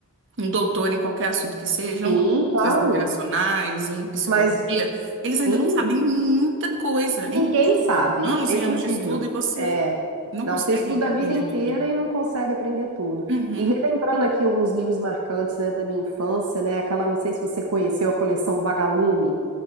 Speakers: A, on the right; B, on the right.
A: um doutor em qualquer assunto que seja,
B: Sim,
A: um doutor em
B: claro.
A: relações internacionais, em psicologia,
B: Mas
A: eles ainda
B: sim,
A: não sabem muita coisa.
B: Ninguém
A: É incrível.
B: sabe,
A: Anos
B: é
A: e
B: impossível.
A: anos de estudo e você
B: É.
A: não
B: Não,
A: consegue
B: você estuda
A: aprender
B: a vida inteira
A: tudo.
B: e não consegue aprender tudo.
A: Uhum.
B: E relembrando aqui alguns livros marcantes, né, da minha infância, né, aquela, não sei se você conheceu a coleção Vagalume.